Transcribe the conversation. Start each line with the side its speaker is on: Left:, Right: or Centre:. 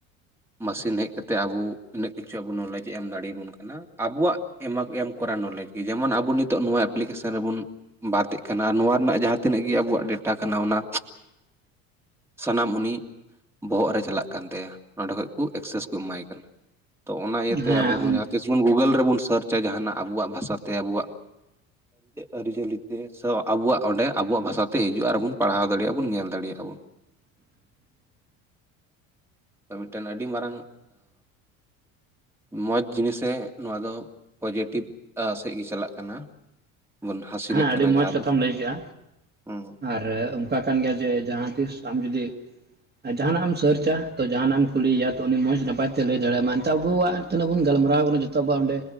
Centre: ᱢᱮᱥᱤᱱ ᱦᱮᱡ ᱡᱟᱛᱮ ᱟᱵᱚ ᱩᱱᱟᱹᱜ ᱠᱤᱪᱷᱩ ᱟᱵᱚ ᱱᱚᱞᱮᱡ ᱮᱢ ᱫᱟᱲᱮᱭᱟᱵᱚᱱ ᱠᱟᱱᱟ᱾ ᱟᱵᱚᱣᱟᱜ ᱮᱢᱟᱜ ᱮᱢ ᱠᱚᱨᱟ ᱱᱚᱞᱮᱡᱽ ᱜᱮ ᱡᱮᱢᱚᱱ ᱟᱵᱚ ᱱᱤᱛᱚᱜ ᱱᱚᱣᱟ ᱮᱯᱞᱤᱠᱮᱥᱚᱱ ᱨᱮᱵᱚᱱ ᱵᱟᱫ ᱮᱜ ᱠᱟᱱᱟ ᱱᱚᱣᱟ ᱨᱮᱱᱟᱜ ᱡᱟᱦᱟᱸ ᱛᱤᱱᱟᱹᱜ ᱜᱮ ᱟᱵᱚᱣᱟᱜ ᱰᱮᱴᱟ ᱠᱟᱱᱟ ᱚᱱᱟ ᱥᱟᱱᱟᱢ ᱩᱱᱤ ᱵᱚᱦᱚᱜ ᱨᱮ ᱪᱟᱞᱟᱜ ᱠᱟᱱ ᱛᱟᱭᱟ ᱚᱸᱰᱮ ᱠᱷᱚᱡ ᱠᱚ ᱮᱠᱥᱮᱥ ᱮᱢᱟᱭ ᱠᱟᱱᱟ ᱛᱚ ᱚᱱᱟ ᱤᱭᱟᱹᱛᱮ
Right: ᱦᱮᱸ
Centre: ᱟᱵᱚ ᱦᱚᱸ ᱡᱟᱸᱦᱟ ᱛᱤᱥ ᱵᱳᱱ ᱜᱩᱜᱳᱞ ᱨᱮᱵᱚᱱ ᱥᱟᱨᱪᱟ ᱡᱟᱦᱟᱱᱟᱜ ᱟᱵᱚᱣᱟᱜ ᱵᱷᱟᱥᱟᱛᱮ ᱟᱵᱚᱣᱟᱜ ᱟᱹᱨᱤᱪᱟᱹᱞᱤ ᱛᱮ ᱟᱵᱚᱣᱟᱜ ᱚᱸᱰᱮ ᱟᱵᱚᱣᱟᱜ ᱵᱷᱟᱥᱟ ᱛᱮ ᱦᱤᱡᱩᱜᱼᱟ ᱟᱨᱵᱚᱱ ᱯᱟᱲᱦᱟᱣ ᱫᱟᱲᱮᱭᱟᱜᱼᱟ ᱵᱚᱱ ᱧᱮᱞ ᱫᱟᱲᱮᱭᱟᱜᱼᱟ ᱵᱚᱱ᱾
Right: <inaudible>
Centre: ᱢᱤᱫᱴᱮᱱ ᱟᱹᱰᱤ ᱢᱟᱨᱟᱝ ᱢᱚᱸᱡᱽ ᱡᱤᱱᱤᱥᱮ ᱱᱚᱣᱟ ᱫᱚ ᱯᱚᱡᱮᱴᱤᱵᱽ ᱥᱮᱫ ᱜᱮ ᱪᱟᱞᱟᱜ ᱠᱟᱱᱟ ᱵᱚᱱ ᱦᱟᱹᱥᱤᱞᱮᱫ
Right: ᱦᱮᱸ
Centre: ᱠᱟᱱᱟ
Right: ᱟᱹᱰᱤ ᱢᱚᱸᱡᱽ
Centre: ᱡᱟᱦᱟᱸ
Right: ᱠᱟᱛᱷᱟᱢ
Centre: ᱫᱚ
Right: ᱞᱟᱹᱭ ᱠᱮᱜᱼᱟ
Centre: ᱦᱮᱸ᱾
Right: ᱟᱨ ᱚᱱᱠᱟ ᱠᱟᱱ ᱜᱮᱭᱟ ᱡᱮ ᱡᱟᱦᱟᱸ ᱛᱤᱥ ᱟᱢ ᱡᱩᱫᱤ ᱟᱨ ᱡᱟᱦᱟᱱᱟᱜ ᱮᱢ ᱥᱟᱨᱪᱟ ᱛᱚ ᱡᱟᱦᱟᱱᱟᱜ ᱮᱢ ᱠᱩᱞᱤᱭᱮᱭᱟ ᱛᱚ ᱩᱱᱤ ᱢᱚᱡᱽ ᱱᱟᱯᱟᱭ ᱛᱮ ᱞᱟᱹᱭ ᱫᱟᱲᱮᱭᱟᱢᱟ ᱮᱱᱛᱮ ᱟᱵᱚᱣᱟᱜ ᱡᱚᱛᱱᱟ ᱵᱚᱱ ᱜᱟᱞᱢᱟᱨᱟᱣ ᱠᱟᱱᱟ ᱡᱚᱛᱚ ᱟᱵᱚ ᱚᱸᱰᱮ